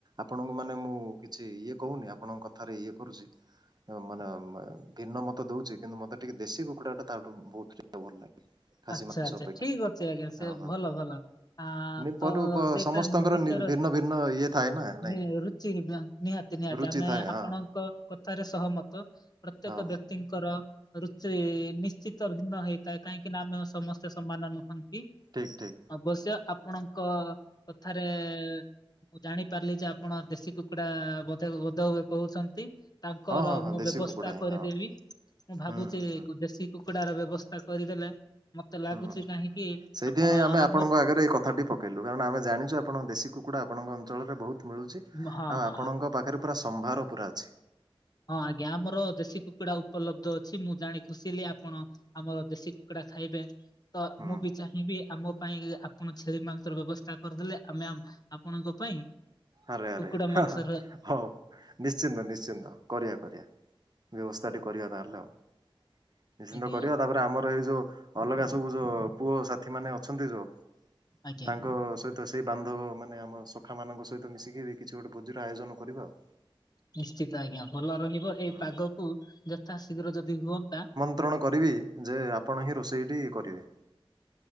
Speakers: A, on the right; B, on the left.
A: ଆପଣଙ୍କୁ ମାନେ ମୁଁ କିଛି ଇଏ କହୁନି ଆପଣଙ୍କ କଥାରେ ଇଏ କରୁଚି ଏ ମାନେ ଘିନ୍ନ ମତେ ଦଉଚି କିନ୍ତୁ ମତେ ଟିକେ ଦେଶୀ କୁକୁଡ଼ା ଟାତାଠୁ ବହୁତ୍ ଭଲ ଲାଗେ। ଖାସି
B: ଆଚ୍ଛା
A: ମାଂସ
B: ଆଚ୍ଛା
A: ଅପେକ୍ଷା
B: ଠିକ୍ ଅଛି ଆଜ୍ଞା
A: ହଁ
B: ସେ ଭଲ ଭଲ ଆ
A: ହଁ
B: ତ
A: ପର
B: ସେଇଟା
A: ସମସ୍ତଙ୍କର
B: ନିତର
A: ଭିନ୍ନ ଭିନ୍ନ ଇଏ ଥାଏ ନା ନାଇଁ
B: ନେ
A: କି
B: ରୁଚି ବ୍ଲାନ୍। ନିହାତି ନିହାତି
A: ରୁଚି
B: ଆମେ
A: ଥାଏ ହଁ
B: ଆପଣଙ୍କ କଥାରେ ସହମତ ପ୍ରତ୍ୟେକ
A: ହଁ
B: ବ୍ୟକ୍ତି ଙ୍କର ରୁଚି ନିଶ୍ଚିତ ଭିନ୍ନ ହେଇଥାଏ କାହିଁକିନା ଆମେ ସମସ୍ତେ ସମାନ ନୁହନ୍ତି।
A: ଠିକ୍ ଠିକ୍।
B: ଅବଶ୍ୟ ଆପଣଙ୍କ କଥାରେ ମୁଁ ଜାଣିପାରିଲି ଯେ ଆପଣ ଦେଶୀ କୁକୁଡ଼ା ବଧ ବୋଧ ହୁଏ କହୁଛନ୍ତି। ତାଙ୍କର
A: ହଁ ହଁ ହଁ
B: ମୁଁ
A: ଦେଶୀ
B: ବ୍ୟବସ୍ଥା
A: କୁକୁଡ଼ା ହିଁ
B: କରିଦେବି
A: ହଁ
B: ମୁଁ ଭାବୁଚି
A: ହୁଁ ହୁଁ
B: କୁ ଦେଶୀ କୁକୁଡ଼ାର ବ୍ୟବସ୍ଥା କରିଦେଲେ ମତେ ଲାଗୁଚି
A: ହୁଁ ହୁଁ।
B: କାହିଁକି
A: ସେଇଥିପାଇଁ
B: ଆପଣ
A: ଆମେ ଆପଣଙ୍କ
B: ଆମ
A: ଆଗରେ ଏଇ କଥାଟି ପ ଇଲୁ କାରଣ ଆମେ ଜାଣିଚୁ ଆପଣ ଦେଶୀକୁକୁଡ଼ା ଆପଣଙ୍କ ଅଞ୍ଚଳରେ ବହୁତ୍ ମିଳୁଚି
B: ହଁ ହଁ
A: ଆଉ
B: ହଁ
A: ଆପଣଙ୍କ ପାଖ ରେ ପୁରା ସମ୍ଭାର ପୁରା ଅଛି।
B: ହଁ ଆଜ୍ଞା ଆମର ଦେଶୀ କୁକୁଡ଼ା ଉପଲବ୍ଧ ଅଛି ମୁଁ ଜାଣି ଖୁସିିଲି ଆପଣ ଆମର ଦେଶୀ କୁକୁଡ଼ା ଖାଇବେ ତ
A: ହୁଁ
B: ମୁବି ଚାହିଁବି ଆମ ପାଇଁ ଆ ଆପଣ ଛେଳି ମାଂସର ବ୍ୟବସ୍ଥା କରିଦେଲେ ଆମେ ଆପଣଙ୍କ ପାଇଁ
A: ଆରେ
B: କୁକୁଡା
A: ଆରେ ହ
B: ମାଂସର
A: ହ ହଉ ନିଚ୍ ନିଶ୍ଚିନ୍ତ ନିଶ୍ଚିନ୍ତ କରିବା କରିବା ବ୍ୟବସ୍ଥାଟି କରିବା ତାହେଲେ ଆଉ। ନିଶ୍ଚିନ୍ତ
B: ଆଜ୍ଞା
A: କରିବା ତାପରେ ଆମର ଏଇ ଯୋଉ ଅଲଗା ସବୁ ଯୋଉ ପୁଅ ସାଥି ମାନେ ଅଛନ୍ତି ଯୋଉ
B: ଆଜ୍ଞା।
A: ତାଙ୍କ ସହିତ ସେଇ ବାନ୍ଧବ ମାନେ ଆମ ସଖା ମାନଙ୍କ ସହିତ ତ ମିଶିକିବି କିଛି ଗୋଟେ ଭୋଜିର ଆୟଜନ କରିବା ଆଉ।
B: ନିଶ୍ଚିତ ଆଜ୍ଞା ଭଲ ରହିବ ଏଇ
A: ହୁଁ।
B: ପାଗକୁ ଯଥା ଶୀଘ୍ର ଯଦି ହୁଅନ୍ତା
A: ଆନ୍ତ୍ରଣ କରିବି ଯେ ଆପଣହିଁ ରୋଷେଇଟି କରିବେ।